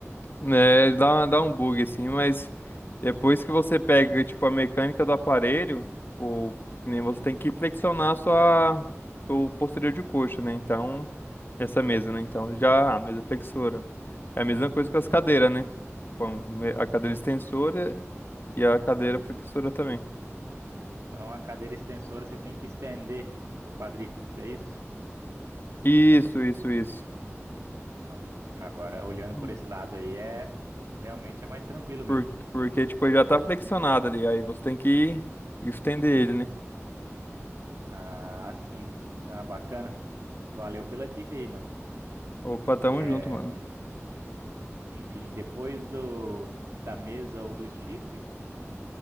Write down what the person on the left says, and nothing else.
É, dá, uma- dá um bug assim, mas depois que você pega, tipo, a mecânica do aparelho, tipo, que nem você tem que flexionar a sua, o posterior de coxa, né? Então, essa mesa, né? Então, já a mesa flexora. É a mesma coisa com as cadeiras,
né? Bom, me- a cadeira extensora e a cadeira flexora também.
Isso, isso, isso.
Hum.
Por, porque, tipo, ele já tá flexionado ali, aí você tem que estender ele, né?
Opa, tamo
junto, mano.